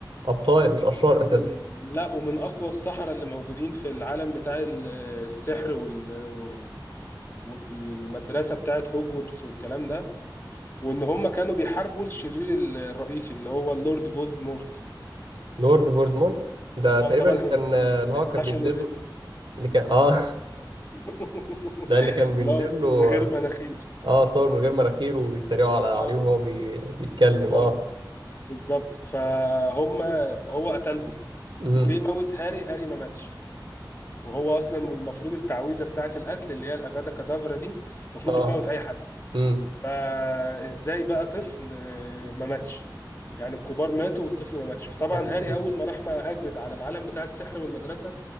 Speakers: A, on the right (about 90°); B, on the left (about 30°).
A: ابطال مش اشرار
B: ومن
A: اساسا
B: لا ومن اقوى السحرة اللي موجودين في العالم بتاع ال- السحر وال والمدرسة بتاعت هوجورتس والكلام ده وان هم كانوا بيحاربوا الشرير ال- الرئيسي اللي هو اللورد فولدمورت
A: لورد فولدمور ده
B: اه
A: تقريبا
B: طبعا
A: اللي
B: هن-
A: كان اللي
B: ما
A: هو
B: ينفعش
A: كان بينزل
B: نقول
A: له
B: اسمه
A: اللي كان اه
B: <laughs>
A: <laughs> ده اللي كان بينزل
B: لا
A: له
B: من غير مناخير
A: اه صور من غير مراخير وبيتريقوا على عليه
B: اه
A: وهو بي... بيتكلم
B: بالظبط
A: اه
B: بالظبط فهم هو قتلهم
A: امم
B: وجه يموت هاري هاري ما ماتش وهو اصلا المفروض التعويذه بتاعه القتل اللي هي الافادا كادافرا دي المفروض
A: اه
B: بتموت اي حد
A: امم
B: فازاي بقى طفل آه، ما ماتش يعني الكبار ماتوا والطفل ما ماتش فطبعا
A: اكيد
B: هاري اول ما راح مع هاجرد على العالم بتاع السحر والمدرسه